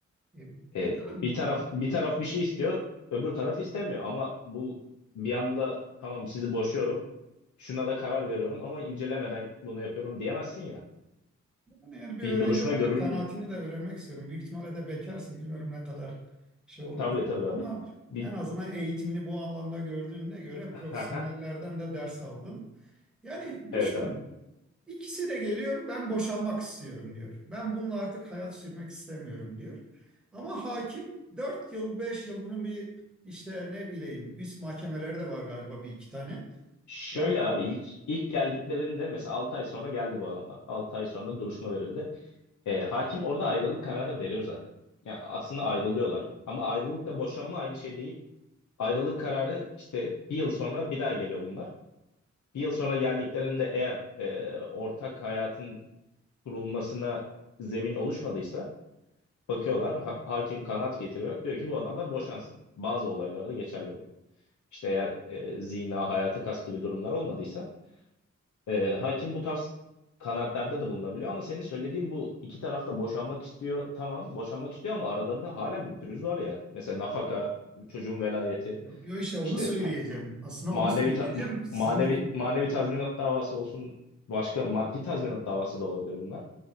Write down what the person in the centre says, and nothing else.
E,
pekala
yani, yani bir
öğrenci
olarak
kanaatini de öğrenmek istiyorum. Büyük ihtimalle de bekarsın. Bilmiyorum ne kadar şey olur
da.
Ama
en azından eğitimini bu alanda gördüğüne göre
profesyonellerden de ders aldın. Yani düşün.
İkisi de geliyor, ben boşanmak istiyorum diyor. Ben bununla artık hayat sürmek istemiyorum diyor. Ama hakim 4 yıl, 5 yıl bunun bir işte ne bileyim üst mahkemelerde de var galiba bir iki tane.
Yani
yo işte onu
söyleyeceğim.
Aslında
onu söyleyeceğim.
Sizin
de